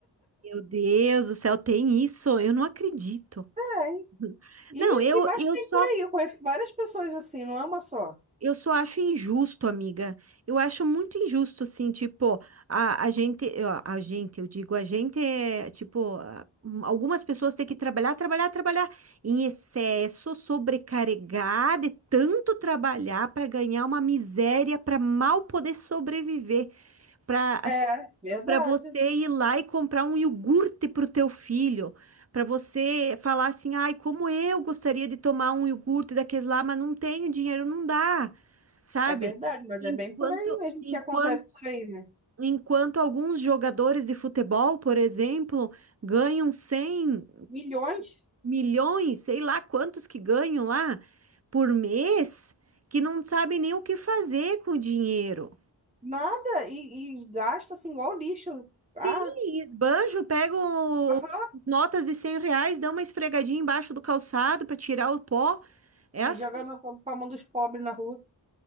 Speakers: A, on the right; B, on the right.
A: meu Deus do céu, tem isso? Eu não acredito.
B: É, hein?
A: <laughs>
B: E
A: Não, eu,
B: que mais
A: eu
B: tem
A: só
B: por aí? Eu conheço várias pessoas assim, não é uma só.
A: Eu só acho injusto, amiga. Eu acho muito injusto, assim, tipo, a, a gente, eu- a gente, eu digo, a gente é, tipo, a- um, algumas pessoas têm que trabalhar, trabalhar, trabalhar em excesso, sobrecarregar de tanto trabalhar para ganhar uma miséria, para mal poder sobreviver, para
B: É, verdade.
A: para você ir lá e comprar um iogurte para o teu filho. Para você falar assim, ai, como eu gostaria de tomar um iogurte daqueles lá, mas não tenho dinheiro, não dá sabe?
B: É verdade, mas
A: Enquanto,
B: é bem por aí mesmo
A: enquanto,
B: que acontece por aí, né?
A: enquanto alguns jogadores de futebol, por exemplo, ganham cem
B: Milhões,
A: milhões, sei lá quantos que ganham lá por mês, que não sabem nem o que fazer com o dinheiro.
B: nada, e, e gasta assim igual lixo.
A: Sim,
B: Ah,
A: esbanjo, pegam
B: aham,
A: o- as notas de 100 reais, dão uma esfregadinha embaixo do calçado para tirar o pó. É assim.
B: e joga na- pra mão dos pobres na rua.